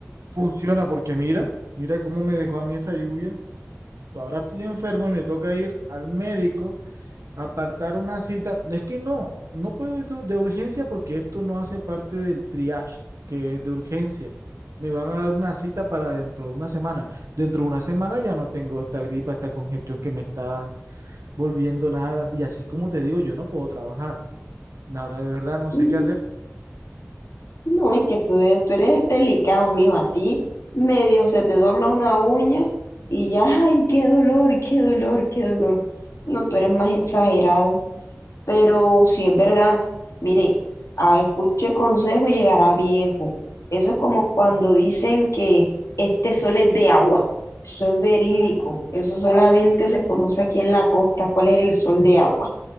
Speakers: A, on the right; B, on the left.
A: funciona porque mira, mira cómo me dejó a mí esa lluvia. Ahora estoy enfermo y me toca ir al médico, apartar una cita. Es que no, no puedo ir de, de urgencia porque esto no hace parte del triage, que es de urgencia. Me van a dar una cita para dentro de una semana. Dentro de una semana ya no tengo esta gripa, esta congestión que me está volviendo nada. Y así como te digo, yo no puedo trabajar. Ahora de verdad no sé
B: Mm,
A: qué hacer.
B: No, es que tú, eres- tú eres delicado, mijo. A ti medio se te dobla una uña y ya, ay, qué dolor, qué dolor, qué dolor. No, tú eres más exagerado. Pero si es verdad, mire, a escuche consejo llegará viejo. Eso es como cuando dicen que este sol es de agua. Eso es verídico. Eso solamente se conoce aquí en la costa, cuál es el sol de agua.